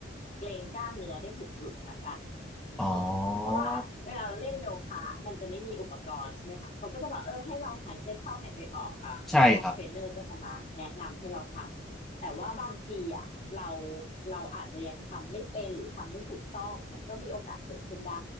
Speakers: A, on the left; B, in the centre.
A: เกรงกล้ามเนื้อได้ถูกจุดละกัน
B: อ๋อ
A: เพราะว่าเวลาเราเล่นโยคะมันจะไม่มีอุปกรณ์ใช่ไหมคะเขาก็จะบอกเออให้เราหายใจเข้าหายใจออกอ่าพวกเทรนเนอร์ก็จะมาแนะนำให้เราทำแต่ว่าบางทีอ่ะเรา
B: ใช่ครับ
A: เราอาจจะยังทำไม่เป็นหรือทำไม่ถูกต้องมันก็มีโอกาสเกิดขึ้นได้